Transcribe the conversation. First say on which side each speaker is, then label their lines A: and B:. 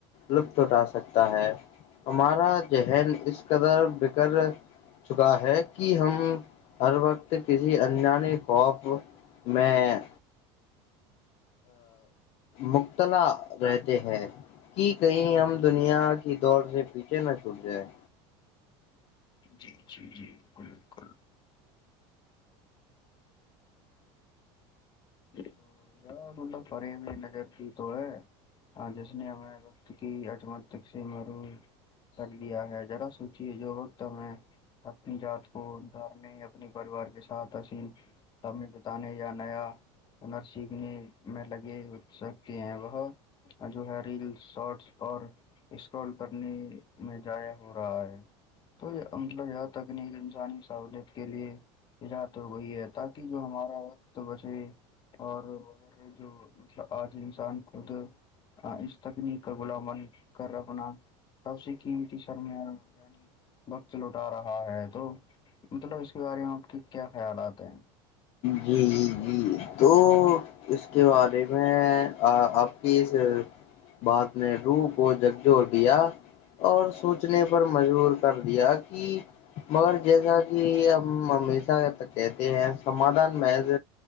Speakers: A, on the left; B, on the left.
A: لطف اٹھا سکتا ہے ہمارا ذہن اس قدر بکر چکا ہے کہ ہم ہر وقت کی کسی انجان خوف میں مبتلا رہتی ہے کہ کہیں ہم دنیا کی دور سے پیچھے نہ چھوٹ جائیں
B: جی جی جی بالکل تو یار مب پرے میں نظر دی تو ہے ہاں جس نے ہمارے وقت کی اچمت تک سے مارو کر لیا ہے ذرا سوچیے جو تمہیں اپنی جات کو دارنے اپنے پریوار کے ساتھ عظین تبمی بتانے یا نیا ہنر سیکھنے میں لگے سب کے ہیں وہ جو ہے ریلس شارٹس اور اسکرول کرنے میں ضائع ہو رہا ہے تو یہ عمومن یہ تکنیک انسانی سہولت کے لیے ایجاد ہو گئی ہے تاکہ جو ہمارا وقت بچے اور اگر جو آج انسان خود اس تکنیک غلا من کر اپنا سب سے قیمتی سرمایہ یعنی وقت لوٹا رہا ہے تو مطلب اس کے بارے میں آپ کے کیا خیالات ہیں
A: جی جی تو اس کے بارے میں آپ کی اس بات نے روح کو جھنجھور دیا اور سوچنے پر مجبور کر دیا کہ مگر جیسا کہ ہم ہمیشہ جب تک کہتے ہیں سمادھان محض